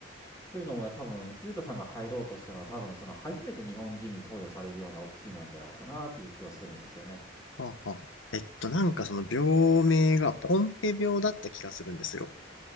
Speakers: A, on the left; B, on the left.
A: というのも多分、ゆうとさんが入ろうとしたのは多分、その初めて日本人に投与されるようなお薬なんじゃないかなっていう気はするんですよね。
B: はあはあ。えっと、なんかその病名がポンペ病だった気がするんですよ。